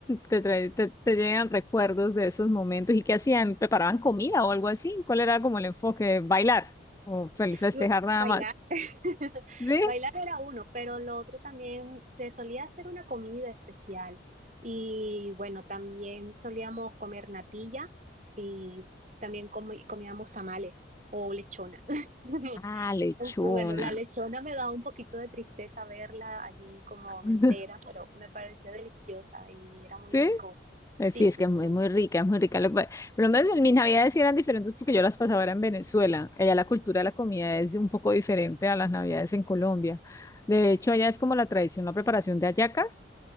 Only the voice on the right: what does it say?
Lo-
Bailar.
<laughs>
Bailar era uno, pero lo otro también se solía hacer una comida especial. Y bueno, también solíamos comer natilla y también comi- comíamos tamales o lechona. <laughs>
Aunque, Bueno, la lechona me da un poquito de tristeza verla allí como
entera, pero me parecía deliciosa y era muy
rico.
Sí, sí.
Ok.